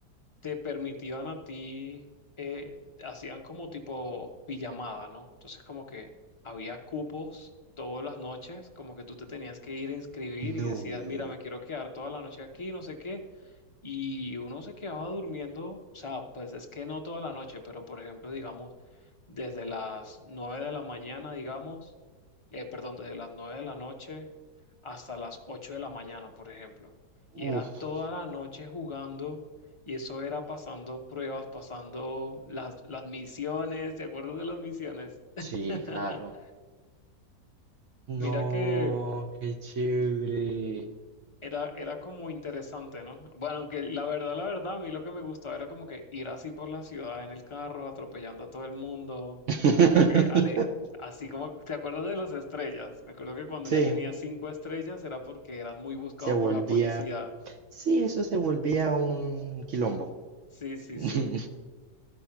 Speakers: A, on the left; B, on the right.
A: te permitían a ti, eh, hacían como tipo pijamada, ¿no? Entonces como que había cupos todas las noches, como que tú te tenías que ir a inscribir y
B: No.
A: decías, mira, me quiero quedar toda la noche aquí, no sé qué. Y uno se quedaba durmiendo, o sea, pues es que no toda la noche, pero por ejemplo, digamos, desde las 9 de la mañana, digamos, eh, perdón, desde las 9 de la noche hasta las 8 de la mañana, por ejemplo. Y
B: Uf,
A: era toda la noche jugando y eso era pasando pruebas, pasando las, las misiones, ¿te acuerdas de las misiones? <laughs>
B: sí, claro.
A: Mira
B: No,
A: que
B: qué chévere.
A: Era, era como interesante, ¿no? Bueno, aunque la verdad, la verdad, a mí lo que me gustaba era como que ir así por la ciudad en el carro, atropellando a todo el mundo,
B: <laughs>
A: como que ale- así como, ¿te acuerdas de las estrellas? Me acuerdo que cuando
B: Sí,
A: ya tenía cinco estrellas era porque eras muy buscado
B: se volvía.
A: por la policía.
B: Sí, eso se volvía un quilombo.
A: Sí, sí,
B: <laughs>
A: sí.